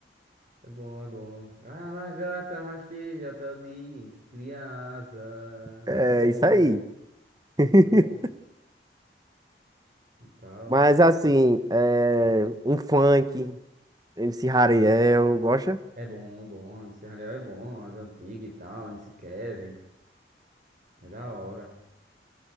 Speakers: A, on the right; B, on the right.
A: É bom, é bom. A lagarta rasteja até o dia em que cria asa.
B: É
A: É bom,
B: isso aí.
A: é bom,
B: <laughs>
A: é bom. E tal.
B: Mas assim, é, um funk, MC Hariel, gosta?
A: É bom, é bom. MC Hariel é bom, as antigas e tal. MC Kevin, é da hora.